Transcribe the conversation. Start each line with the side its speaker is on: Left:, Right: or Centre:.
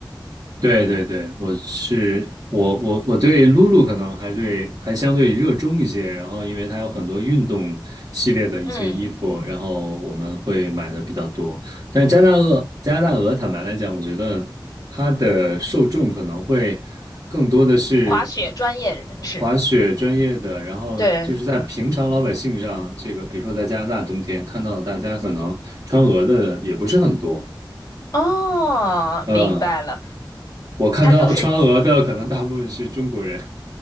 Right: 对对对，我是我我我对露露可能还对还相对热衷一些，然后因为它有很多运动系列的一些衣服，
Left: 嗯，
Right: 然后我们会买的比较多。但是加拿大鹅加拿大鹅，坦白来讲，我觉得它的受众可能会更多的是
Left: 滑雪专业人士，
Right: 滑雪专业的，然后就是在平常老百姓上，
Left: 对，
Right: 这个比如说在加拿大冬天看到大家可能穿鹅的也不是很多，
Left: 哦，
Right: 嗯。
Left: 明白了，
Right: 我看到川俄的可能大部分是中国人，
Left: 它就是